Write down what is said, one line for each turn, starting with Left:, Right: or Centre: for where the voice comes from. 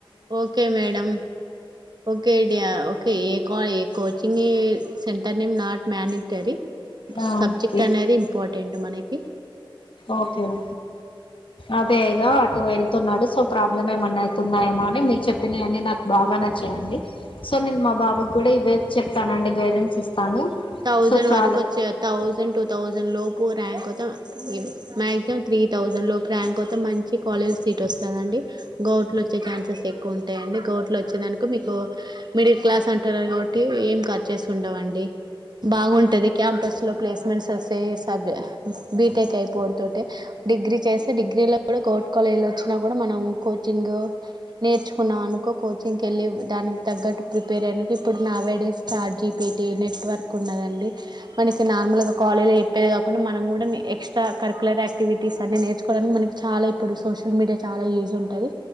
Right: ఓకే మేడం ఓకే డి ఓకే ఏమో coaching centre name not monetary
Left: okay
Right: subject అనేది ఇంపార్టెంట్ మనకి
Left: ఓకే అం అదేగా అటు వెళ్తున్నాడు. సో ప్రాబ్లమ్ ఏమన్నా అయితున్నాయోమో అని మీరు చెప్పినవి అని నాకు బాగా చేయండి సో నేను మా బాబుకి కూడా ఇవే చెప్తానండి. గైడెన్స్ ఇస్తాను.
Right: థౌజండ్
Left: సో చాలు
Right: వరకు వచ్చే థౌజండ్ టూ థౌజండ్ లోపు ర్యాంక్ వ మొత్త మ్యాక్సిమం త్రీ థౌజండ్ లోపు ర్యాంక్ వతే మంచి కాలేజీ సీట్ వస్తుంద అండి. గౌట్లు వచ్చే ఛాన్సెస్ ఎక్కువ ఉంటాయి అండి. గౌట్లు వచ్చేదానికి మీకు మిడిల్ క్లాస్ అంటరు కాబట్టి ఏం ఖర్చ చేసుంకుంటావండి. బాగుంటది క్యాంపస్ లో ప్లేస్మెంట్స్ వస్తే సబ్ బీటెక్ అయిపోడుతుటే డిగ్రీ చేస్తే డిగ్రీలో కూడా గౌర్ట్ కాలేలో వచ్చినా కూడా మనం కోచింగ్ నేర్చుకున్నాం అనుకో కోచింగ్ వెళ్ళి దానికి తగ్గట్టు ప్రిపేర్ అయిన ఇప్పుడు nowadays start GPT network ఉన్నదండి. మనకి నార్మల్గా కాల ఎ అంతే కాకుండ మనం కూడా ఎక్స్ట్రా కరికులర్ యాక్టివిటీస్ అన్న నేర్చుకోవడానికి మనకి చాలా ఇప్పుడు సోషల్ మీడియా చాల చాలా యూజ్ ఉంటది.